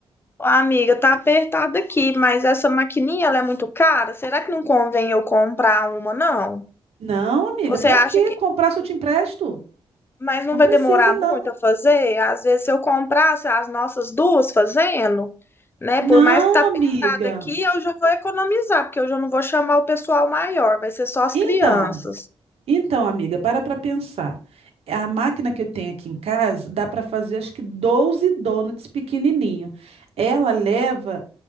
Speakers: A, on the left; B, on the right.
A: Ah, Amiga, tá apertado aqui, mas essa maquininha ela é muito cara. Será que não convém eu comprar uma, não?
B: Não, amiga,
A: Você
B: para
A: acha
B: que
A: que.
B: comprar se eu te empresto?
A: Mas não
B: Não
A: vai
B: precisa,
A: demorar
B: não.
A: muito a fazer? Às vezes, se eu comprasse as nossas duas fazendo, né?
B: Não,
A: Por mais que tá apertado
B: amiga.
A: aqui, eu já vou economizar, porque eu já não vou chamar o pessoal maior, vai ser só as
B: Então,
A: crianças.
B: Então, amiga, para para pensar. A máquina que eu tenho aqui em casa dá para fazer acho que 12 donuts pequenininho. Ela leva